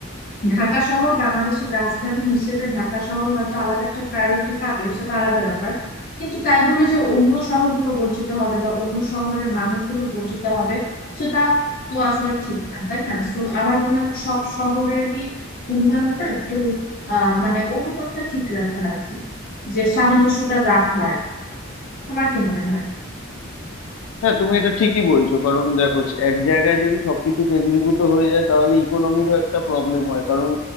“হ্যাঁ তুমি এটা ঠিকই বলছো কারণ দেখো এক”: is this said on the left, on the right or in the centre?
Left